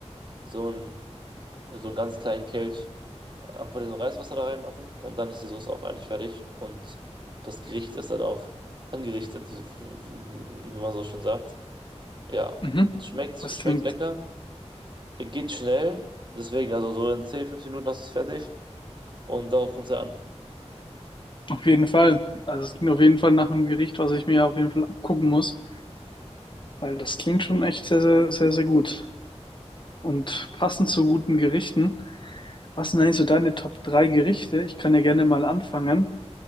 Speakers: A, on the right (about 40°); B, on the left (about 45°).
A: so ein so einen ganz kleinen Kelch ähm, von diesem Reiswasser da reinmachen und dann ist die Soße auch eigentlich fertig und das Gericht ist dann auch angerichtet, wie wie man so schön sagt. Ja,
B: Mhm.
A: schmeckt,
B: Das
A: schmeckt
B: klingt
A: lecker, geht schnell, deswegen, also so in 10 15 Minuten hast du es fertig und darauf kommt es ja an.
B: auf jeden Fall, also es klingt auf jeden Fall nach einem Gericht, was ich mir auf jeden Fall abgucken muss, weil das klingt schon echt sehr, sehr, sehr, sehr gut. Und passend zu guten Gerichten, was sind eigentlich so deine Top 3 Gerichte? Ich kann ja gerne mal anfangen.